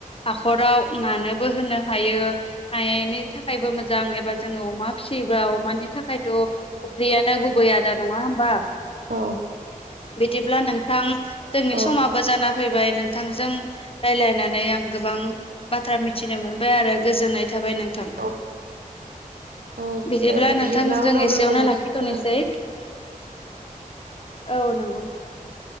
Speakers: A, on the left; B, on the right.
A: हाख'राव नानोबो होनो हायो नायनि था खायबो मोजां एबा जोङो अमा फिसियोबा अमानि थाखायथ' अफ्रियानो गुबै आदार नङा होमबा
B: औ
A: बिदिब्ला नोंथां जोंनि
B: औ,
A: समाबो जाना फैबाय नोंथांजों राय्लायनानै आं गोबां बाथ्रा मिथिनो मोनबाय आरो गोजोननाय थाबाय नोंथां।
B: औ, औ
A: बिदिब्ला
B: दे
A: नोंथांजों
B: उनाव
A: एसेयावनो
B: लोगो मोनसिगोन
A: लाखिथ'नोसै।
B: नोंथां
A: औ नंगौ नोंथां।